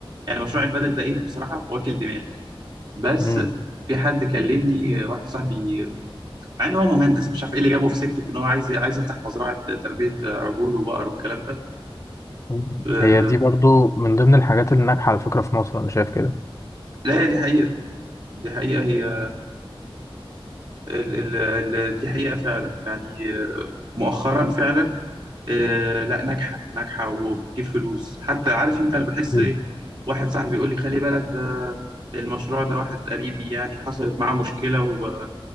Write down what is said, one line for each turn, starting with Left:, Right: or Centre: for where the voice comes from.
Right: يعني مشروع البدل ده ايه بصراحه واكل دماغي بس
Left: مم.
Right: في حد كلمني واحد صاحبي مع ان هو مهندس مش عارف ايه اللي جابه في سكه ان هو عايز عايز يفتح مزرعه تربيه عجول وبقر والكلام ده
Left: مم.
Right: آه،
Left: هي دي برضو من ضمن الحاجات اللي ناجحة على فكرة في مصر أنا شايف كده
Right: لا هي دي حقيقه دي حقيقه هي ال... ال... ال... دي حقيقه فعلا يعني آه، مؤخرا فعلا آه لا ناجحة ناجحة وبتجيب فلوس حتى عارف انت انا بحس
Left: مم.
Right: ايه واحد صاحبي بيقول لي خلي بالك ده المشروع ده واحد قريبي يعني حصلت معاه مشكلة و...